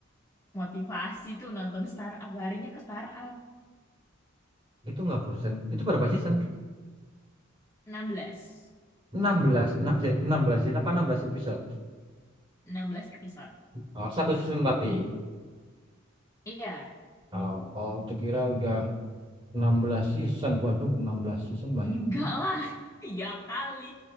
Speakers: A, on the left; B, on the right.
A: motivasi tuh nonton startup. Larinya ke startup
B: Itu nggak bosan. Itu berapa season?
A: enam belas
B: 16, nah, sih, 16 season apa 16 episode?
A: enam belas episode.
B: Oh, satu season tapi.
A: Iya,
B: Oh, oh, tuh kira udah 16 season. Waduh, 16 season banyak
A: enggak
B: banget.
A: lah. <laughs> Ya kali.